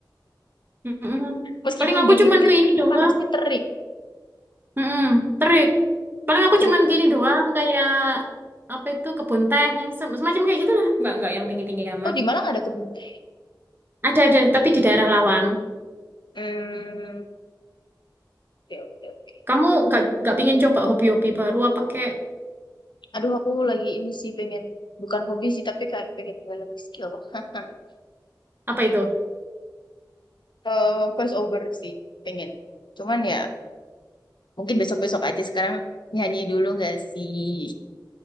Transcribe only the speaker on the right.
Mm-mm.
Paling aku
cuman
ke ini doang.
Mm-mm, terik. Paling aku
cuman
gini doang kayak apa itu kebun teh yang sem- semacam kayak gitu lah. Nggak nggak yang tinggi tinggi amat.
Ada ada tapi di daerah Lawang.
Kamu nggak nggak pingin coba hobi-hobi baru apa kayak
apa itu?